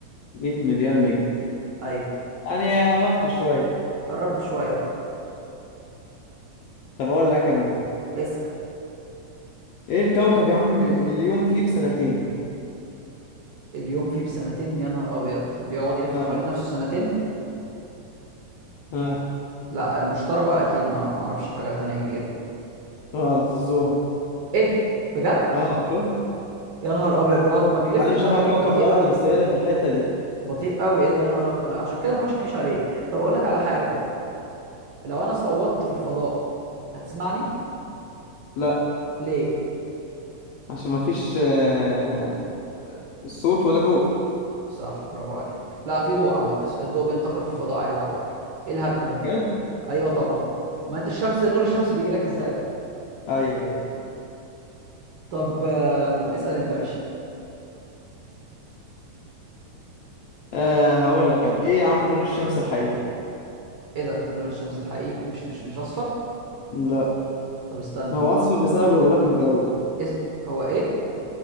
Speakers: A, on the left (about 75°); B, on the right (about 80°).
A: 100 مليار نجم
B: ايوه
A: انا عرفت شوية
B: قربت شوية اه
A: طب اقول لك انا
B: اسأل
A: ايه الكوكب يا عم اللي اليوم فيه بسنتين
B: اليوم فيه بسنتين يا نهار أبيض بيقعد يلف
A: اه
B: حوالين نفسه سنتين
A: اه
B: لا المشترى بقى أكيد ما معرفش حاجة تانية كبيرة
A: غلط الزهرة
B: إيه بجد
A: اه شوف
B: يا نهار أبيض بيقعد ما بيلفش
A: مع انه
B: بقى
A: شبه
B: كده
A: كوكب
B: بطيء
A: الارض
B: قوي
A: بس ايه اللي في الحتة دي
B: بطيء قوي إيه ده يا نهار أبيض ده عشان كده ما ينفعش نعيش عليه طب أقول لك على حاجة لو أنا صوتت في الفضاء هتسمعني
A: لا
B: ليه
A: عشان ما فيش آه، صوت ولا ضوء
B: صح برافو عليك لا في ضوء عامة الس- الضوء بينتقل في الفضاء عادي على فكرة إيه الهبد ده
A: بجد
B: أيوه طبعا ما أنت الشمس نور الشمس بيجي لك إزاي
A: ايوه ايوه
B: طب آم، اسأل أنت ماشي
A: أه هقول لك انا ايه يا عم لون الشمس الحقيقي
B: ايه ده لون الشمس الحقيقي مش مش مش اصفر
A: لا
B: طب استنى
A: هو اصفر بسبب الغلاف الجوي
B: إز... هو ايه